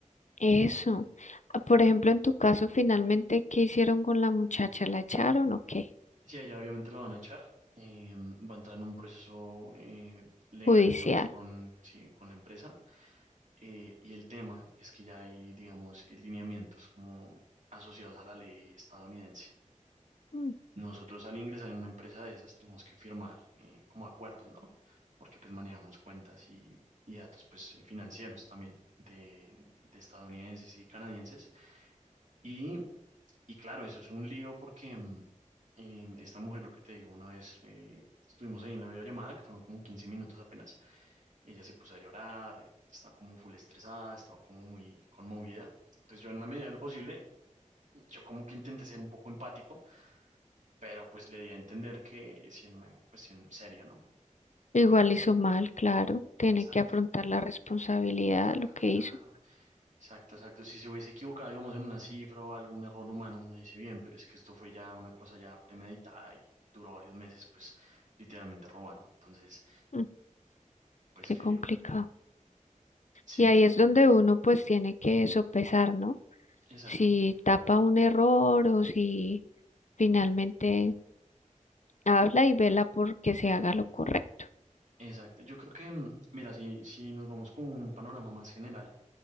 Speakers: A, on the left; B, on the right.
A: Eso. Ah, Por ejemplo, en tu caso, finalmente, ¿qué hicieron con la muchacha? ¿La echaron o qué?
B: Si a ella obviamente la van a echar, eh, va a entrar en un proceso eh, legal,
A: Judicial.
B: digamos, con, sí, con la empresa. Eh, y el tema es que ya hay, digamos, eh, lineamientos como asociados a la ley estadounidense.
A: Mm.
B: Nosotros al ingresar en una empresa de esas tenemos que firmar eh, como acuerdos, ¿no? Porque pues manejamos cuentas y, y datos pues eh, financieros también de, de estadounidenses y canadienses. Y, y claro, eso es un lío porque mm, eh, esta mujer, lo que te digo, una vez eh, estuvimos ahí en la videollamada, que fueron como 15 minutos apenas, ella se puso a llorar, eh, estaba como full estresada, estaba como muy conmovida. Pues yo en la medida de lo posible, yo como que intenté ser un poco empático pero pues le di a entender que es en una cuestión seria, ¿no?
A: Igual hizo
B: Seria,
A: mal, claro. Tiene
B: exacto,
A: que afrontar la responsabilidad
B: claro,
A: de lo que
B: claro,
A: hizo.
B: exacto, exacto. Si se hubiese equivocado, digamos, en una cifra o algún error humano, uno dice bien, pero es que esto fue ya una cosa ya premeditada y duró varios meses, pues literalmente robando. Entonces,
A: Mm.
B: pues
A: Qué
B: qué
A: complicado.
B: león. Sí,
A: Y ahí
B: sí,
A: es
B: sí,
A: donde
B: ¿no?
A: uno pues tiene que sopesar, ¿no?
B: exacto,
A: Si tapa un error o si finalmente habla y vela porque se haga lo correcto.
B: exacto. Yo creo que, mm, mira, si, si nos vamos con un panorama más general.